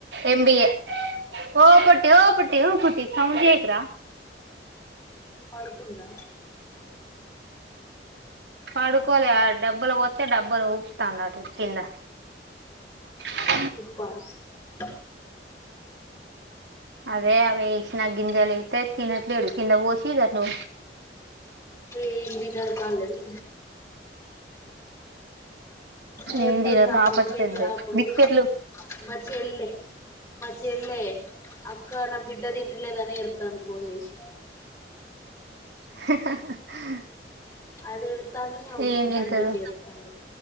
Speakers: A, on the right; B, on the left.
A: ఎంబిఏ ఓ పొట్టి ఓ పొట్టి ఓ పొట్టి సౌండు చేయకూర
B: పడుకుందా
A: పడుకోలే డబ్బాల పోస్తే డబ్బను ఊపుతాండు అటు కింద <unintelligible>
B: ఉప్పు ఆ
A: అదే అవే ఇచ్చినా గింజాలు ఇత్తే తినట్లేదు కింద పోసి ను
B: ఏది తినరు పాడు లేదు చెప్తాడు
A: ఏం తినరు
B: మా
A: ఆపతి
B: కొడుకు అయితే
A: పెద్దది
B: వామ్మో
A: బిస్కెట్లు
B: మా చెల్లె మా చెల్లె అక్క నా బిడ్డ తింటలేదని ఏడుస్తాంది ఫోన్ చేసి
A: <unintelligible>
B: అది ఏడుస్తాంది
A: ఏం తింటారు
B: దాని బిడ్డ ఏడుస్తాంది